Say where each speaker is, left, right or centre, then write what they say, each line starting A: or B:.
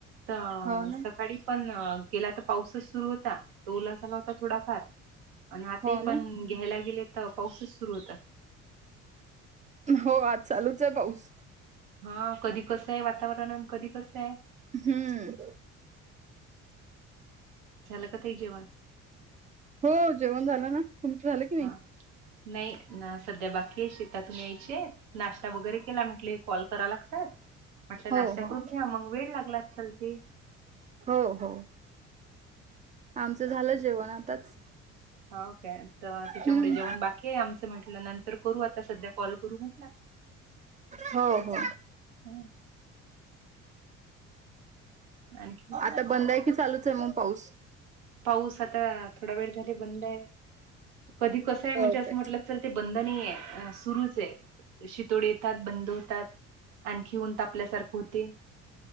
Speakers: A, on the right (about 65°); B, on the right (about 20°).
A: तर
B: हो ना
A: सकाळी पण गेला तर पाऊसच सुरू होता. तो ओला झाला होता थोडाफार आन आताही
B: हो
A: पण
B: ना.
A: घ्यायला गेले तर पाऊसच सुरू होता.
B: हो आज चालूच आहे पाऊस.
A: हा कधी कसं आहे वातावरण आणि कधी कसं आहे.
B: हम्म!
A: झाल का ताई जेवन.
B: हो जेवण झालं ना. तुमचं झालं की नाही?
A: हा नाही ना सध्या बाकी आहे शेतातून यायचे. नाश्ता वगैरे केला म्हटले कॉल करा लागतात. म्हटल्या नाश्ता
B: हो हो
A: करून घ्या मग वेळ लागला असल ते.
B: हो हो. आमचं झालं जेवण आताच.
A: हाव काय तर त्याच्यामुळे
B: हम्म
A: जेवण बाकी आहे आमचं म्हटलं नंतर करू आता सध्या कॉल करू म्हटलं
B: हो हो.
A: हम्म, आणखी.
B: आता बंद आहे की चालूच आहे मग पाऊस?
A: पाऊस आता थोडा वेळ झाला बंद आहे कधी कसं आहे म्हणजे
B: ओके
A: असं म्हटलं पण ते बंद नाही आहे सुरूच आहे शितोड येतात बंद होतात. आणखी ऊन तापल्यासारखं होतय.